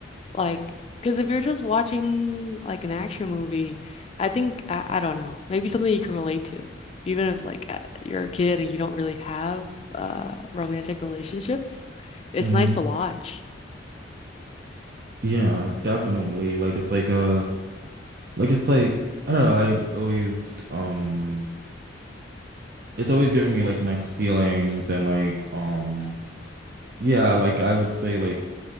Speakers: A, on the left (about 30°); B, on the right (about 50°).
A: like because if you're just watching like an action movie I think I, I don't know maybe something you can relate to even if like uh, you're a kid and you don't really have uh romantic relationships it's
B: Mm-hmm.
A: nice to watch
B: Yeah, definitely. Like it's like a like it's like I don't know, I've always um it's always giving me like nice feelings and like um yeah, like I would say like